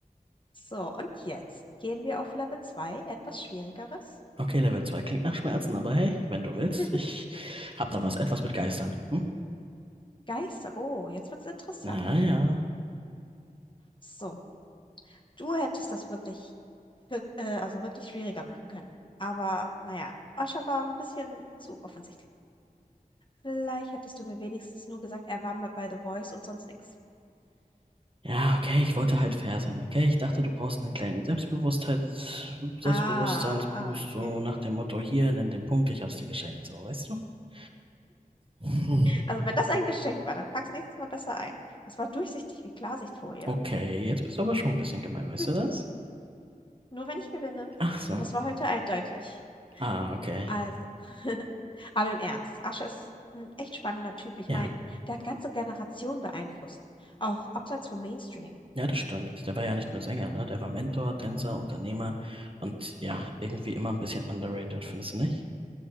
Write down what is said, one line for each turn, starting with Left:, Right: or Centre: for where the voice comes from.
Left: So, und jetzt gehen wir auf Level 2, etwas Schwierigeres.
Right: Okay, Level 2 klingt nach Schmerzen, aber hey, wenn du willst,
Left: <laughs>
Right: ich hab da was, etwas mit Geistern. Hm?
Left: Geister, oh, jetzt wird's interessant.
Right: Naja.
Left: So, du hättest das wirklich, für- äh, also wirklich schwieriger machen können. Aber naja, Osha war ein bisschen zu offensichtlich. Vielleicht hättest du mir wenigstens nur gesagt, er war mal bei The Voice und sonst nichts.
Right: Ja, okay, ich wollte halt fair sein, okay? Ich dachte, du brauchst einen kleinen Selbstbewusstheits Selbstbewusstseinsboost,
Left: Ah, ah, okay.
Right: so nach dem Motto, hier, nimm den Punkt, ich hab's dir geschenkt, so, weißt du? <laughs> Hm.
Left: Also wenn das ein Geschenk war, dann pack's nächstes Mal besser ein. Das war durchsichtig wie Klarsichtfolie.
Right: Okay, jetzt bist du aber schon ein bisschen gemein, weißt
Left: <laughs>
Right: du das?
Left: Nur wenn ich gewinne.
Right: Ach so.
Left: Und das war heute eindeutig.
Right: Ah, okay.
Left: Also, <laughs> aber im Ernst, Ascher ist ein echt spannender Typ. Ich
Right: Ja.
Left: meine, der hat ganze Generationen beeinflusst, auch abseits vom Mainstream.
Right: Ja, das stimmt. Der war ja nicht nur Sänger, ne? Der war Mentor, Tänzer, Unternehmer
Left: Mhm.
Right: und ja, irgendwie immer ein bisschen underrated, findest du nicht?